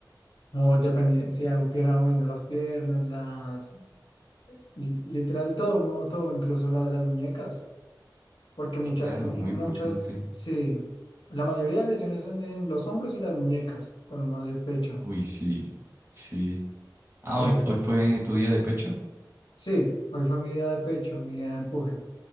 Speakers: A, on the left (about 80°); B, on the right (about 30°).
A: o depende si hago pierna moviendo las piernas, las, li- literal todo, muevo todo, incluso la- las muñecas, porque muchas,
B: Sí, claro,
A: muchas,
B: muy importante.
A: sí, la mayoría de lesiones son en los hombros y las muñecas, cuando uno hace pecho.
B: Uy, sí, sí. Ah,
A: eh,
B: hoy, hoy fue tu día de pecho.
A: Sí, hoy fue mi día de pecho, mi día de empuje.